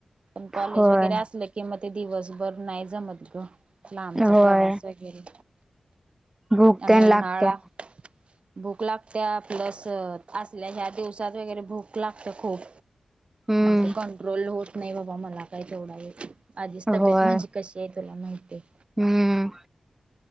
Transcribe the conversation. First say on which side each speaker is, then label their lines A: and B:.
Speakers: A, on the right (about 60°); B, on the right (about 15°).
A: पण कॉलेज
B: होय
A: वगैरे असलं कि मगं ते दिवसभर नाही जमत गं. लांबचा
B: होय
A: प्रवास वगैरे.
B: भूक
A: आणि
B: तेन
A: उन्हाळा
B: लागत्या.
A: भूक लागत्या प्लस असल्या, ह्या दिवसात वगैरे भूक लागते खूप.
B: हम्म
A: ते कंट्रोल होत नाही, बाबा मला काय तेवढां आहे आधीच तब्येत
B: होय
A: माझी कशी आहेत. तुला माहिती आहे.
B: हम्म.